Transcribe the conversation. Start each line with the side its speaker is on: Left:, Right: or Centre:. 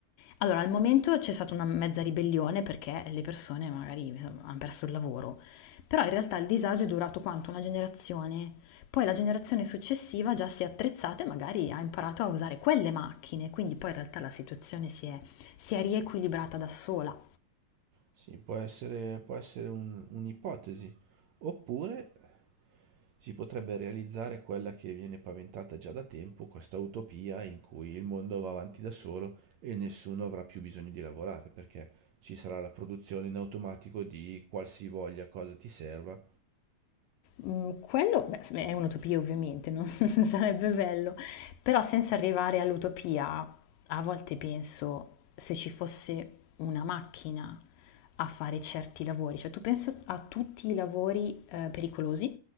Left: allora, al momento c'è stata una mezza ribellione perché le persone magari insomma, hanno perso il lavoro, però in realtà il disagio è durato quanto? Una generazione. Poi la generazione successiva già si è attrezzata e magari ha imparato a usare quelle macchine, quindi poi in realtà la situazione si è, si è riequilibrata da sola.
Right: Sì, può essere, può essere un- un'ipotesi. Oppure si potrebbe realizzare quella che viene paventata già da tempo, questa utopia in cui il mondo va avanti da solo e nessuno avrà più bisogno di lavorare, perché ci sarà la produzione in automatico di qualsivoglia cosa ti serva
Left: Mhmm, quello beh, s è un'utopia ovviamente, non <laughs> sarebbe bello, però senza arrivare all'utopia, a volte penso se ci fosse una macchina a fare certi lavori, cioè tu pensa a tutti i lavori, ehm, pericolosi,